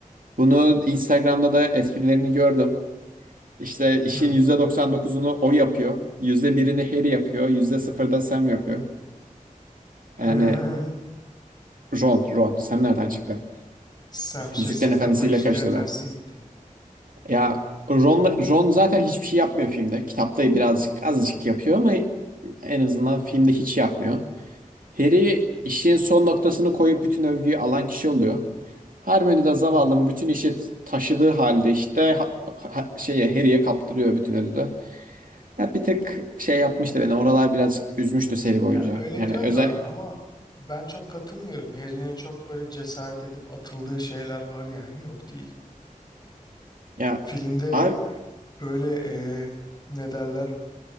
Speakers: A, on the right; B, on the left.
A: bunu Instagram'da da esprilerini gördüm. İşte işin
B: hı.
A: %99'unu o yapıyor. yüzde birini Harry yapıyor. %0'da Sam yapıyor. Yani
B: <laughs>
A: Ron, Ron. Sam nereden çıktı?
B: Sam şey
A: Yüzüklerin
B: sen
A: Efendisi'yle
B: kafa Yüzüklerin
A: kaçtı
B: Efendisi'ne
A: da.
B: gitti.
A: Ya Ron, Ron zaten hiçbir şey yapmıyor filmde. Kitapta birazcık azıcık yapıyor ama en azından filmde hiç yapmıyor. Harry işin son noktasını koyup bütün övgüyü alan kişi oluyor. Hermione de zavallının
B: <laughs>
A: bütün işi taşıdığı halde işte ha- ha- şeye Harry'e kaptırıyor bütün ödülü. Ya bir tek şey yapmıştı beni. Oralar birazcık üzmüştü seri
B: Ya
A: boyunca.
B: öyle
A: Yani
B: diyorsun
A: özel
B: da ama ben çok katılmıyorum. Harry'nin çok böyle cesaret edip atıldığı şeyler var yani yok değil.
A: ya
B: Filmde
A: abi,
B: böyle eee, ne derler?